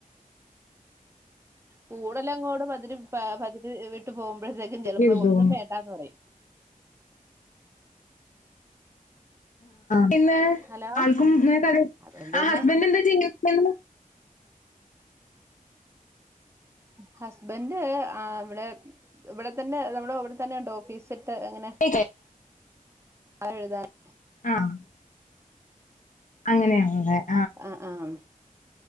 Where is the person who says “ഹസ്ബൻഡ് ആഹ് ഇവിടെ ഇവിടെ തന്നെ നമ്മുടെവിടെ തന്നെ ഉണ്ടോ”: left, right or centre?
Right